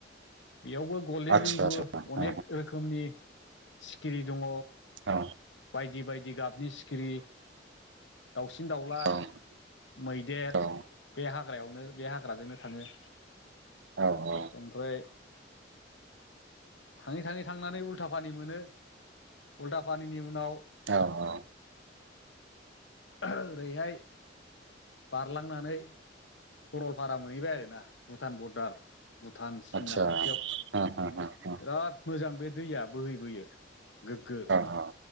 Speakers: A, on the left; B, on the right.
A: बेयावबो गल्डेन
B: आदसा
A: लिंगुर
B: औ
A: अनेक रोखोमनि सिखिरि दङ
B: आदसा
A: बायदि बायदि गाबनि सिखिरि दाउसिन दाउला
B: आदसा औ
A: मैदेर
B: औ
A: बे हाग्रायावनो बे हाग्राजोंनो थाङो
B: औ औ
A: ओमफ्राय थाङै थाङै थांनानै उल्था पानि मोनो उल्था पानिनि उनाव
B: औ औ
A: ओरैहाय बारलांनानै सरलपारा मोनहैबाय आरो ना भुटान बरदार भुटान सिमना
B: आतसा
A: खाथियाव
B: ओ
A: बिराद मोजां बे दैया बोहै बोयो गोग्गो
B: ओ औ आदसा